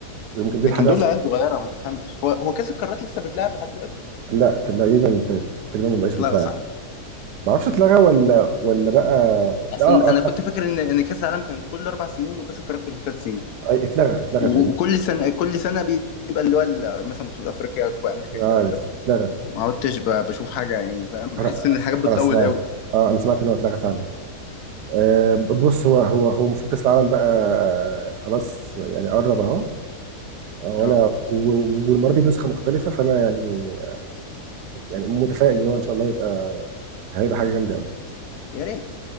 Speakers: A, on the right (about 80°); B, on the left (about 75°).
A: يمكن دي
B: لكن
A: الحاجه
B: دول
A: اصلا
B: عيال صغيره ما تفهمش هو هو كاس القارات لسه بيتلعب لحد دلوقتي
A: لا تقريبا تقريبا ما بقاش
B: يتلغى
A: بتلعب
B: صح
A: ما اعرفش اتلغى ولا ولا بقى
B: اصلا
A: اه
B: انا كنت
A: اه
B: فاكر ان ان كاس العالم كان كل اربع سنين وكاس القارات كل ثلاث سنين
A: اتلغى اتلغى
B: وكل
A: تقريبا
B: سنه كل سنه بيبقى اللي هو ال- مثلا بطوله افريقيا كوبا امريكا
A: أنا
B: الكلام
A: عارف
B: ده
A: اتلغى
B: ما عدتش ب- بشوف حاجه يعني فاهم
A: انا
B: بحس ان الحاجات بتطول
A: انا سمعت
B: قوي
A: اه انا سمعت ان هو اتلغى فعلا آه بص هو هو هو المفروض كاس العالم بقى آه، خلاص يعني قرب اهو آه، وانا
B: اه
A: و- والمره دي بنسخه مختلفه فانا يعني يعني متفائل ان هو ان شاء الله هيبقى هيبقى حاجه جامده قوي
B: يا ريت